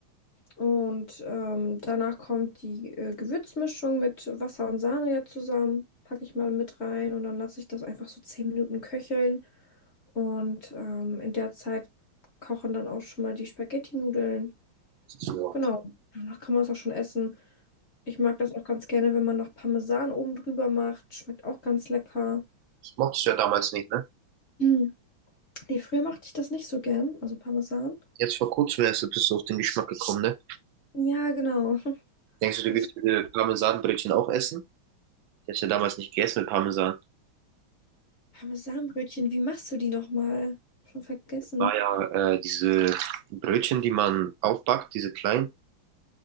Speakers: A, on the left; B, on the right.
A: Und ähm, danach kommt die äh, Gewürzmischung mit Wasser und Sahne ja zusammen. Packe ich mal mit rein und dann lasse ich das einfach so 10 Minuten köcheln. Und ähm, in der Zeit kochen dann auch schon mal die Spaghetti-Nudeln.
B: ja.
A: Genau. Danach kann man es auch schon essen. Ich mag das auch ganz gerne, wenn man noch Parmesan oben drüber macht. Schmeckt auch ganz lecker. <clears throat>
B: Das mochtest du ja damals nicht, ne?
A: Hm. Nee, früher mochte ich das nicht so gern, also Parmesan.
B: Jetzt vor kurzem erst bist du auf den Geschmack gekommen, ne?
A: Ja, genau. <laughs>
B: Denkst du,
A: Das
B: du willst diese Parmesanbrötchen auch essen? Ich hab's ja damals nicht gegessen mit Parmesan.
A: Parmesanbrötchen, wie machst du die nochmal? Schon vergessen.
B: War ja äh, diese Brötchen, die man aufbackt, diese kleinen,